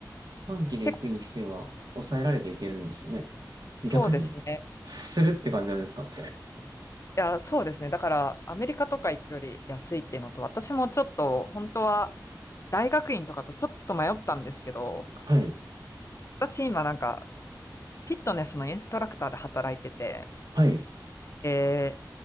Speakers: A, on the right; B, on the left.
A: 短期で行くにしては抑えられていけるんですかね。
B: 結構そうですね。
A: 逆に、するって感じなんですか。
B: いや、そうですね。だからアメリカとか行くより安いっていうのと、私もちょっと本当は大学院とかとちょっと迷ったんですけど、
A: はい。
B: 私今なんかフィットネスのインストラクターで働いてて、
A: はい。
B: え